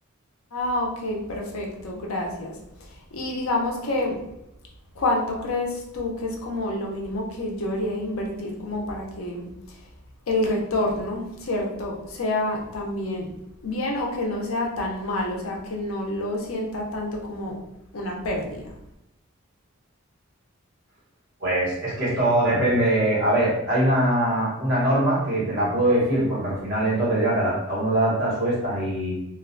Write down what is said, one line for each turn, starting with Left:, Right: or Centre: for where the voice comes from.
Left: Ah, ok, perfecto, gracias. Y digamos que, ¿cuánto crees tú que es como lo mínimo que yo debería invertir como para que el retorno, ¿cierto? Sea también bien o que no sea tan malo, o sea, que no lo sienta tanto como una pérdida.
Right: Pues es que esto depende. A ver, hay una, una norma que te la puedo decir porque al final entonces ya cada uno la adapta a su esta y,